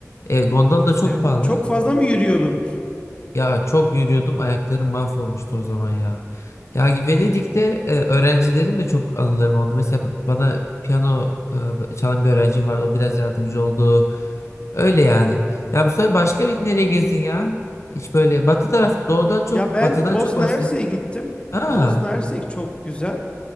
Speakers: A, on the left; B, on the left.
A: E, gondol da çok
B: Evet.
A: pahalı.
B: Çok fazla mı yürüyordun?
A: Ya çok yürüyordum ayaklarım mahvolmuştu o zaman ya. Ya Venedik'te e, öğrencilerim de çok anılarım oldu. Mesela bana piyano e, çalan bir öğrencim vardı. O biraz yardımcı oldu. Öyle yani. Ya Mustafa başka bir nereye gezdin ya? Hiç böyle batı taraf doğudan çok
B: Ya ben
A: batıdan
B: Bosna
A: çok bahset.
B: Hersek'e gittim.
A: Aa,
B: Bosna Hersek çok güzel.